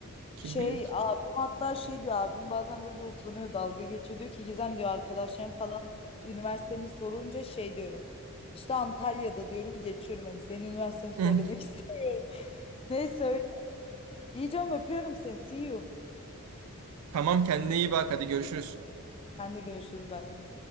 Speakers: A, on the right; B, on the left.
A: Kim
B: Şey
A: biliyor ki?
B: abim hatta şey diyor abim bazen böyle utanıyor dalga geçiyor diyor ki Gizem diyor arkadaşlarım falan üniversiteni sorunca şey diyorum. İşte Antalya'da diyorum geçiyorum hani senin üniversiteni söylemek
A: <laughs>
B: istedim. <laughs> Neyse öyle. İyi canım öpüyorum seni. See you.
A: Tamam kendine iyi bak hadi görüşürüz.
B: Sen de görüşürüz. Bay bay.